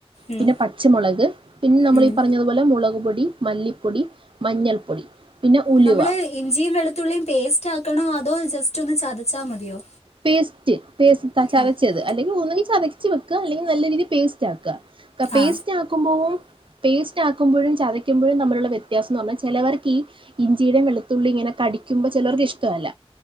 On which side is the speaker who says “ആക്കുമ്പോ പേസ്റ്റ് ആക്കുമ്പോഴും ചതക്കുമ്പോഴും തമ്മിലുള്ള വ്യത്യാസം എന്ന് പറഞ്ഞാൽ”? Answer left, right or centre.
Right